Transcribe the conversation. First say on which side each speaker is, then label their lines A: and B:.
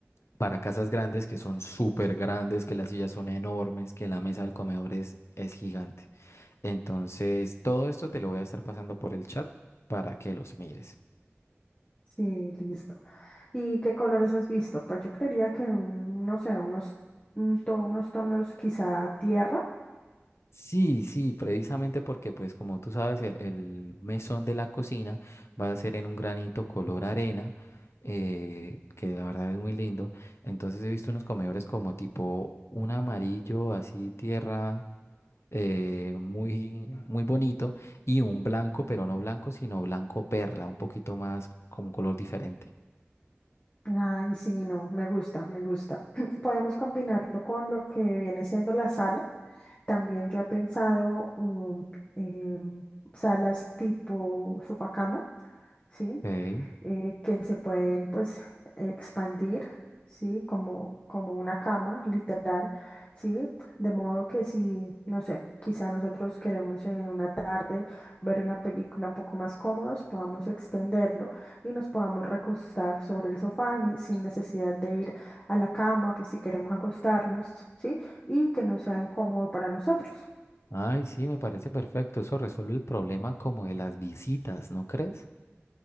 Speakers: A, on the left; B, on the left.
A: para casas grandes, que son súper grandes, que las sillas son enormes, que la mesa del comedor es, es gigante. Entonces, todo esto te lo voy a estar pasando por el chat para que los mires.
B: Sí, listo. ¿Y qué colores has visto? Pues yo creería que un, no sé, unos, un to- unos tonos quizá tierra,
A: Sí, sí, precisamente porque, pues, como tú sabes, el, el mesón de la cocina va a ser en un granito color arena, eh, que la verdad es muy lindo. Entonces he visto unos comedores como tipo un amarillo, así tierra, eh, muy, muy bonito, y un blanco, pero no blanco, sino blanco perla, un poquito más como un color diferente.
B: Ay, sí, no, me gusta, me gusta. <clears throat> Podemos combinarlo con lo que viene siendo la sala. También yo he pensado um, em, salas tipo sofá cama, ¿sí?
A: Ok.
B: eh, que se pueden pues expandir, ¿sí? Como, como una cama, literal, ¿sí? De modo que si, no sé, quizá nosotros queremos en una tarde ver una película un poco más cómodos, podamos extenderlo y nos podamos recostar sobre el sofá ni- sin necesidad de ir a la cama, pues si queremos acostarnos, ¿sí? Y que no sea incómodo para nosotros.
A: Ay, sí, me parece perfecto. Eso resuelve el problema como de las visitas, ¿no crees?